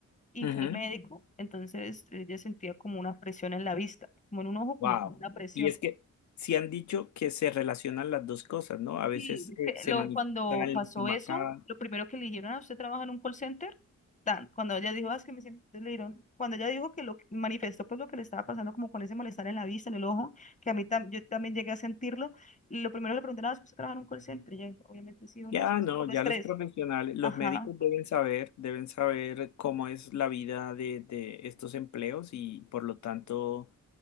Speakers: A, on the left; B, on the left.
A: y
B: Ujú.
A: fue al médico, entonces ella sentía como una presión en la vista, como en un ojo, como
B: Wow.
A: una presión.
B: Y es que sí han dicho que se relacionan las dos cosas, ¿no? A veces
A: Y es
B: eh,
A: que
B: se
A: lo,
B: manifiesta
A: cuando
B: en
A: pasó
B: la estomacada,
A: eso, lo primero que le dijeron, "Ah, ¿usted trabaja en un call center? Tan, cuando ella dijo, "Ah, es que me siento, entonces le dijeron, cuando ella dijo que lo que manifestó, pues lo que le estaba pasando como con ese malestar en la vista, en el ojo, que a mí tam- yo también llegué a sentirlo, y lo primero que le preguntaron, "Ah, ¿es que usted trabaja en un call center? Y ella, dijo, obviamente sí o
B: Ya
A: no, eso es
B: no,
A: por
B: ya
A: estrés.
B: los profesionales, los
A: Ajá.
B: médicos deben saber, deben saber cómo es la vida de, de estos empleos y por lo tanto